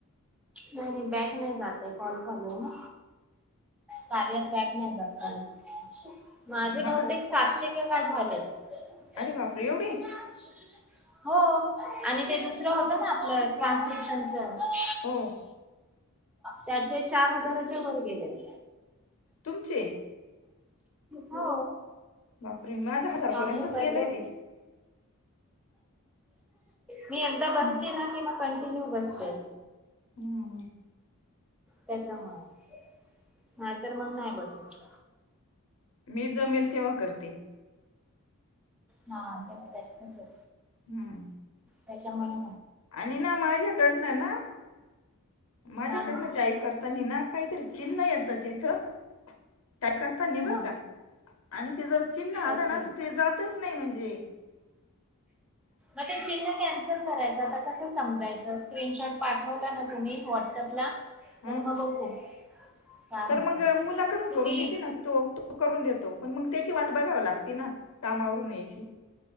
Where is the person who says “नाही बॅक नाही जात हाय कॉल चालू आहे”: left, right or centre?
Centre